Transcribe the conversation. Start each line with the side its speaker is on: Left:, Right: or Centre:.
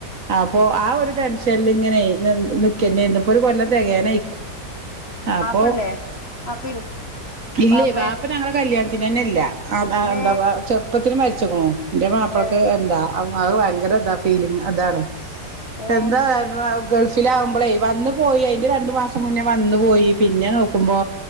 Right: അപ്പൊ ആഹ് ഒരു ടെൻഷൻല് ഇങ്ങനെ നിന് നിക്കക്കന്നെയ്നു ഇന്ന് ഇപ്പോ ഒരു കൊല്ലം തെയ്ഞ്ഞു അപ്പൊ
Left: വാപ്പല്ലേ വാപ്പി
Right: ഇല്ലെ
Left: വാപ്പേ
Right: പാപ്പ ഞ്ഞങ്ങളെ കല്യാണ അതിനന്നെ ഇല്ല. അ എന്താ
Left: ഏ
Right: ചെറുപ്പത്തില് മര്‌ച്ചുകുണു. ഇന്റെ മാപ്ലക്ക്
Left: ഏ
Right: എന്താ ഔ അഹ് ഭയങ്കര ഇതാ ഫീലിങ് ഇതാണ്
Left: ഏ
Right: എന്താ ഇങ്ങളെ ഗൾഫിലാആകുമ്പളേ വന്ന് പോയി അയ്ന്റെ രണ്ടു മാസം മുന്നേ വന്ന പോയി. പിന്നെ നോക്കുമ്പോ